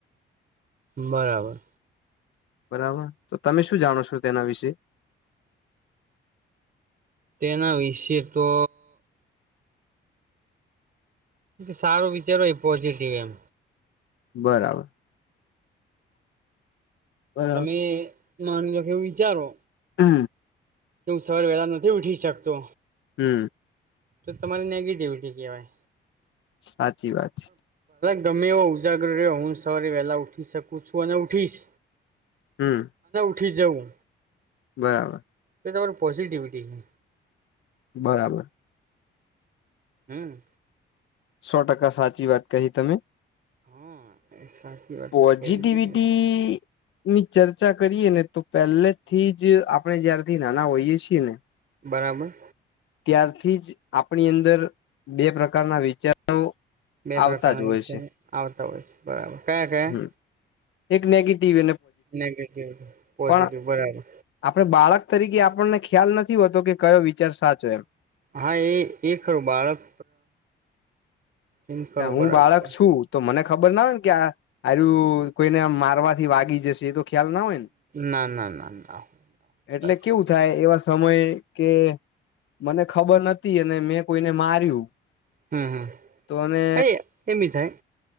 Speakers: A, on the right (about 45°); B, on the left (about 75°).
A: બરાબર
B: બરાબર તો તમે શું જાણો છો તેના વિશે? <unintelligible> <inaudible>
A: તેના વિશે તો સારો વિચારો એ પોઝિટિવ એમ
B: બરાબર બરાબર.
A: તમે માની લો કેવું વિચારો.
B: હુ
A: કે હું સવાર વેળા નથી ઉઠી શકતો,
B: હુ
A: તો તમારી નેગેટિવિટી કેવાય
B: સાચી વાત છે
A: તમે એવો ઉજાગર રહ્યો હું સવારે વેલા ઉઠી શકું છું અને ઉઠીશ
B: હમ
A: પઠી જૌ
B: બરાબર
A: તો તમાર પોઝિટિવિટી છે.
B: બરાબર
A: હમ્મ
B: સો ટકા સાચી વાત કહી, તમે
A: હા સાચી વાત
B: પોઝિટિવિટી
A: કેવી જોઈએ
B: ની ચર્ચા કરીએ ને તો પહેલે થી જ આપણે જ્યારથી નાના હોઈએ, છીએ ને
A: બરાબર
B: ત્યારથી જ આપણી અંદર બે પ્રકારના વિચારો
A: બે
B: આવતા
A: પ્રકારના
B: જ
A: વિ
B: હોય
A: છે, આવતા હોય છે. બરાબર કયા કયા
B: હમ એક નેગેટિવ
A: નેગેટિવ પોઝિટિવ
B: આપણે
A: બરાબર
B: બાળક, તરીકે આપણને ખ્યાલ નથી હોતો કે કયો વિચાર સાચો એમ
A: હા એ એ ખરું બાળક એમ ખરું
B: હું
A: બરાબર
B: બાળક છું તો મને ખબર ના હોય ને કે આરું કોઈને આ મારવાથી વાગી જશે તો, ખ્યાલ ના હોયને
A: ના ના ના ના
B: એટલે
A: સાચી
B: કેવું
A: વાત
B: થાય એવા સમય કે મને ખબર નથી અને મેં કોઈને માર્યું
A: હમ હમ
B: તો અને
A: એ એમી થાય.